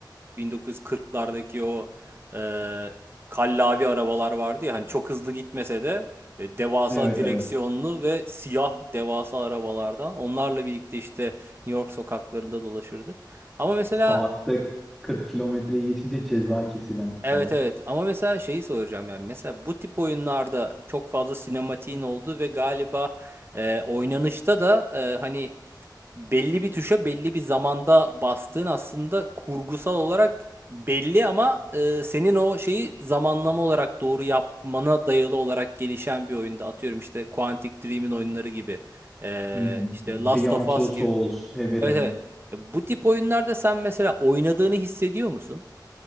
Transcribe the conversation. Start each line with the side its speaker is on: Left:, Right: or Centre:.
Right: e, 1940'lardaki o e, kallavi arabalar vardı ya hani çok hızlı gitmese de e, devasa
Centre: evet
Right: direksiyonlu
Centre: evet
Right: ve siyah devasa arabalardan onlarla birlikte işte New York sokaklarında dolaşırdık. Ama mesela
Centre: saatte 40 kilometreyi geçince ceza kesilen
Right: Evet
Centre: falan.
Right: evet ama mesela şeyi soracağım yani mesela bu tip oyunlarda çok fazla sinematiğin olduğu ve galiba e, oynanışta da e, hani belli bir tuşa belli bir zamanda bastığın aslında kurgusal olarak belli ama e, senin o şeyi zamanlama olarak doğru yapmana dayalı olarak gelişen bir oyunda atıyorum işte Quantic Dream'in oyunları gibi E,
Centre: Hı hı.
Right: işte
Centre: hı hı.
Right: Last
Centre: Beyond
Right: of
Centre: Two
Right: Us
Centre: Souls,
Right: gibi
Centre: Heavy
Right: evet
Centre: Rain.
Right: evet E, bu tip oyunlarda sen mesela oynadığını hissediyor musun?